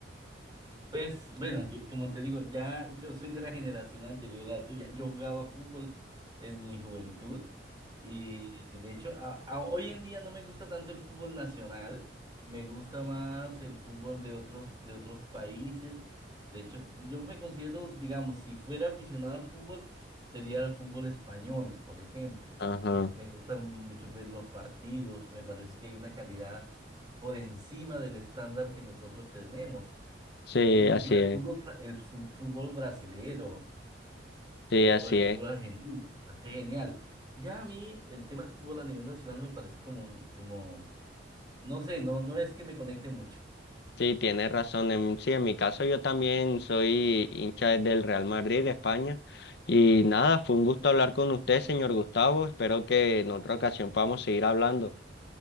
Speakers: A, on the right; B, on the left.
A: Pues bueno, yo- como te digo, ya yo soy de la generación anterior a la tuya. Yo jugaba fútbol en mi juventud y de hecho a- a- hoy en día no me gusta tanto el fútbol nacional, me gusta más el fútbol de otros, de otros países. De hecho, yo me considero, digamos, si fuera aficionado al fútbol, sería el fútbol español, por ejemplo.
B: Ajá.
A: Me gusta mucho ver los partidos, me parece que hay una calidad por encima del estándar que nosotros tenemos.
B: Sí,
A: E Inclusive
B: así
A: el
B: es.
A: fútbol, fra- el su- fútbol brasilero
B: Sí, así
A: o el fútbol
B: es.
A: argentino, me parece genial. Ya a mí el tema del fútbol a nivel nacional me parece como, un- como, no sé, no, no es que me conecte mucho.
B: Sí, tienes razón. En, sí, en mi caso yo también soy hincha del Real Madrid de España. Y nada, fue un gusto hablar con usted, señor Gustavo. Espero que en otra ocasión podamos seguir hablando.